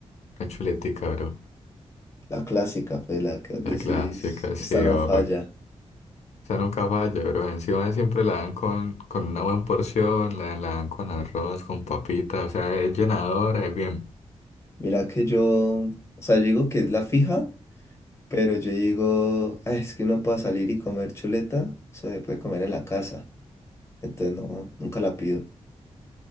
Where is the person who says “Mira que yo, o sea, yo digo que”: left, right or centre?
Left